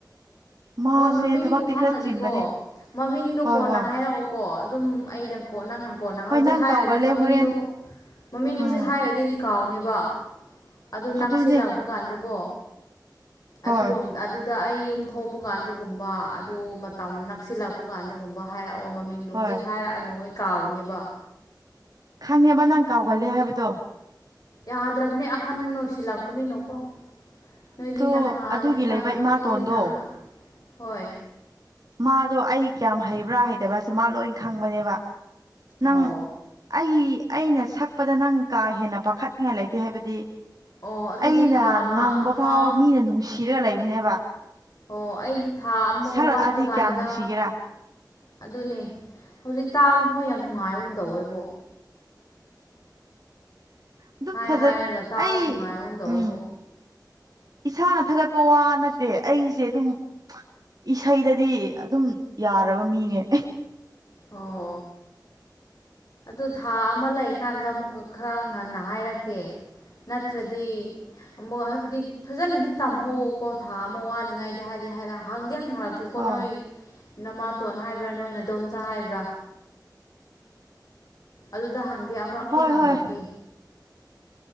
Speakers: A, on the right; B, on the left.
A: ꯃꯥꯁꯦ
B: ꯍꯣꯏ ꯃꯃꯤꯡꯕꯨ
A: ꯊꯕꯛꯇꯤ
B: ꯈꯪꯉꯗꯤꯀꯣ
A: ꯈꯔ ꯆꯤꯟꯕꯅꯦ
B: ꯃꯃꯤꯡꯗꯣ
A: ꯍꯣꯏ
B: ꯀꯣꯟꯅ
A: ꯍꯣꯏ
B: ꯍꯥꯏꯔꯛꯑꯣꯀꯣ ꯑꯗꯨꯝ ꯑꯩꯩꯅ ꯀꯣ ꯅꯪꯅꯀꯣ ꯅꯍꯥꯟ
A: ꯍꯣꯏ
B: ꯍꯧꯖꯤꯛ
A: ꯅꯪ
B: ꯍꯥꯏꯔꯗꯤ
A: ꯀꯥꯎꯒꯜꯂꯦ
B: ꯃꯃꯤꯡꯗꯨ
A: ꯍꯣꯔꯦꯟ
B: ꯃꯃꯤꯡ ꯍꯧꯖꯤꯛ
A: ꯎꯝ
B: ꯍꯥꯏꯔꯗꯤ ꯀꯥꯎꯅꯦꯕ ꯑꯗꯨꯗ ꯅꯛꯁꯤꯂꯥꯛꯄ
A: ꯑꯗꯨꯅꯦ
B: ꯀꯥꯟꯗꯀꯣ꯫
A: ꯍꯣꯏ
B: ꯑꯗꯨꯔꯣꯝ ꯑꯗꯨꯗ ꯑꯩ ꯌꯨꯝ ꯊꯣꯛꯄ ꯀꯥꯟꯗꯨꯒꯨꯝꯕ ꯑꯗꯨ ꯃꯇꯝ ꯅꯛꯁꯤꯜꯂꯛꯄ ꯀꯥꯟꯗ ꯀꯨꯨꯝꯕ ꯍꯥꯏꯔꯛꯑꯣ ꯃꯃꯤꯡꯗꯣ
A: ꯍꯣꯏ
B: ꯍꯧꯖꯤꯛ ꯍꯥꯏꯔꯛꯑꯅꯨ ꯑꯩ ꯀꯥꯎꯕꯅꯦꯕ꯫
A: ꯈꯪꯉꯦꯕ ꯅꯪ ꯀꯥꯎꯒꯜꯂꯦ ꯍꯥꯏꯕꯗꯣ꯫
B: ꯌꯥꯗ꯭ꯔꯕꯅꯦ ꯑꯍꯟ ꯑꯣꯏꯁꯤꯜꯂꯛꯄꯅꯤꯅꯣꯀꯣ꯫ ꯅꯣꯏꯗꯤ
A: ꯑꯗꯣ
B: ꯅꯍꯥꯟ
A: ꯑꯗꯨꯒꯤ
B: ꯅꯍ
A: ꯂꯩꯕ ꯏꯃꯥꯇꯣꯟꯗꯣ
B: ꯅꯣꯏꯗꯤ ꯅꯍꯥ ꯍꯣꯏ꯫
A: ꯃꯥꯗꯣ ꯑꯩ ꯀꯌꯥꯝ ꯍꯩꯕ꯭ꯔꯥ ꯍꯩꯇꯕ꯭ꯔꯥꯁꯦ ꯃꯥ ꯂꯣꯏ ꯈꯪꯕꯅꯦꯕ ꯅꯪ
B: ꯑꯣ
A: ꯑꯩ ꯑꯩꯅ ꯁꯛꯄꯗ ꯅꯪ ꯀꯥ ꯍꯦꯟꯅ ꯄꯥꯈꯠꯅꯤꯉꯥꯏ ꯂꯩꯇꯦ ꯍꯥꯏꯕꯗꯤ꯫
B: ꯑꯣ ꯑꯗꯨꯗꯤ
A: ꯑꯩꯅ
B: ꯊꯥ
A: ꯉꯪꯕ
B: ꯑꯃ
A: ꯐꯥꯎ ꯃꯤꯅ ꯅꯨꯡꯁꯤꯔꯒ ꯂꯩꯕꯅꯦꯕ꯫
B: ꯑꯣ ꯑꯩꯗꯨ ꯊꯥ ꯑꯃ
A: ꯁꯛꯔꯛꯑꯗꯤ
B: ꯋꯥꯠꯄ ꯀꯥꯟꯗ
A: ꯀꯌꯥꯝ ꯅꯨꯡꯁꯤꯒꯦꯔꯥ
B: ꯑꯗꯨꯅꯦ ꯍꯧꯖꯤꯛ ꯇꯥꯕꯐꯥꯎ ꯌꯥꯝ ꯅꯨꯡꯉꯥꯏꯒꯨꯝ ꯇꯧꯋꯦꯀꯣ꯫
A: ꯑꯗꯨ
B: ꯍꯥꯏ
A: ꯐꯖ
B: ꯍꯥꯏꯔꯒ ꯇꯥꯕ
A: ꯑꯩ
B: ꯅꯨꯡꯉꯥꯏꯕꯒꯨꯝ ꯇꯧꯋꯦꯕꯣ
A: ꯎꯝ꯫ ꯏꯁꯥꯅ ꯊꯥꯒꯠꯄ ꯋꯥ ꯅꯠꯇꯦ ꯑꯩꯁꯦ ꯑꯗꯨꯝ ꯏꯁꯩꯗꯗꯤ ꯑꯗꯨꯝ ꯌꯥꯔꯕ ꯃꯤꯅꯦ꯫
B: ꯑꯣ꯫ ꯑꯗꯨ ꯊꯥ ꯑꯃ ꯂꯩꯀꯥꯟꯗ ꯑꯃꯨꯛꯀ ꯈꯔ ꯉꯟꯅ ꯍꯥꯏꯔꯛꯀꯦ ꯅꯠꯇ꯭ꯔꯗꯤ꯫ ꯑꯃꯨꯛ ꯍꯥꯏꯕꯗꯤ ꯐꯖꯅꯗꯤ ꯇꯝꯍꯧꯋꯣꯀꯣ ꯊꯥ ꯑꯃ ꯋꯥꯠꯂꯤꯉꯥꯏꯗ ꯍꯥꯏꯗꯤ ꯍꯥꯏꯔ ꯍꯪꯗꯤ ꯍꯪꯂꯛ ꯀꯤꯀꯣ
A: ꯍꯣꯏ
B: ꯅꯣꯏ ꯅꯃꯥꯇꯣꯟ ꯍꯥꯏꯕ꯭ꯔꯥ ꯅꯣꯏ ꯅꯗꯣꯝꯆꯥ ꯍꯥꯏꯕ꯭ꯔꯥ꯫ ꯑꯗꯨꯗ ꯍꯥꯡꯗꯤ ꯑꯃꯨꯨꯔꯛꯇꯤ
A: ꯍꯣꯏ
B: ꯍꯥꯡꯂꯛꯀꯦ꯫
A: ꯍꯣꯏ